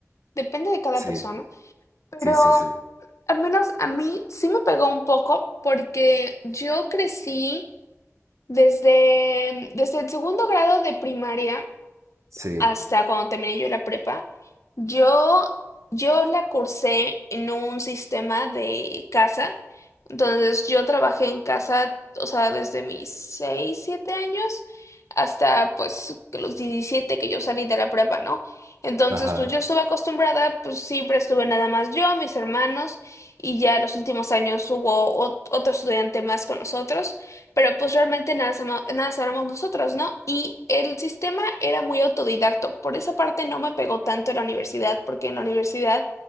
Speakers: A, on the left; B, on the right.
A: depende de cada
B: Sí,
A: persona, pero
B: sí, sí, sí.
A: al menos a mí sí me pegó un poco porque yo crecí desde, desde el segundo grado de primaria
B: Sí,
A: hasta cuando terminé yo la prepa. Yo, yo la cursé en un sistema de casa, entonces yo trabajé en casa, o sea, desde mis 6 7 años hasta pues que los 17 que yo salí de la prepa, ¿no? Entonces,
B: ajá,
A: pues yo estuve acostumbrada, pues siempre estuve nada más yo, mis hermanos, y ya los últimos años hubo ot- otro estudiante más con nosotros pero pues realmente nada, sama- nada sabemos nosotros, ¿no? Y el sistema era muy autodidacto, por esa parte no me pegó tanto en la universidad, porque en la universidad